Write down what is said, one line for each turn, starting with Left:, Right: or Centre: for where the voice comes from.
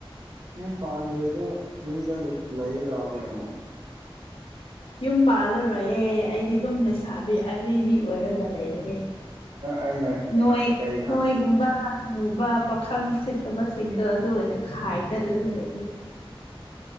Right: ꯌꯨꯝ ꯄꯥꯟꯝꯗ꯭ꯔꯁꯨ ꯌꯨꯝꯗ ꯂꯩ ꯂꯥꯛꯑꯣ ꯀꯩꯅꯣ
Left: ꯌꯨꯝ ꯄꯥꯜꯂꯔꯣꯏꯍꯦ ꯑꯩꯗꯤ ꯑꯗꯨꯝ ꯂꯩꯁꯥꯕꯤ ꯑꯤ ꯑꯣꯏꯔꯒ ꯂꯩꯔꯒꯦ
Right: ꯑꯩꯅ
Left: ꯅꯣꯏ
Right: ꯀꯩ
Left: ꯅꯣꯏꯒꯨꯝꯕ ꯅꯨꯕ ꯄꯥꯈꯪ ꯁꯤꯠꯇꯕꯁꯤꯡꯗꯣ ꯑꯗꯨ ꯑꯣꯏꯅ ꯈꯥꯏꯗꯠꯂꯒ ꯂꯩꯔꯒꯦ <inaudible>